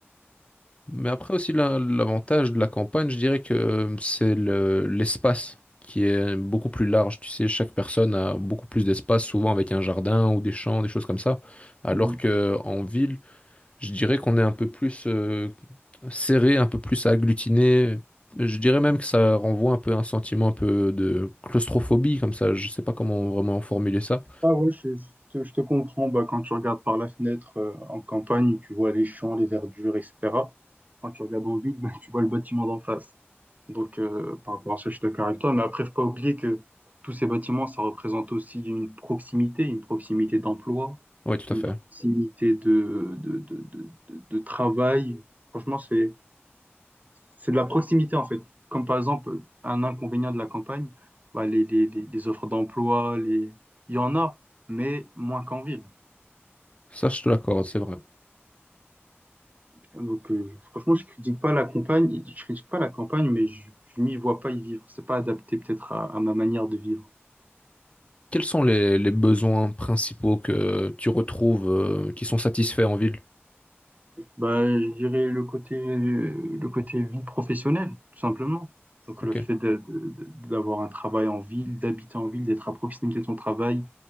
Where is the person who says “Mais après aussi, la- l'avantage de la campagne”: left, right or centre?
Left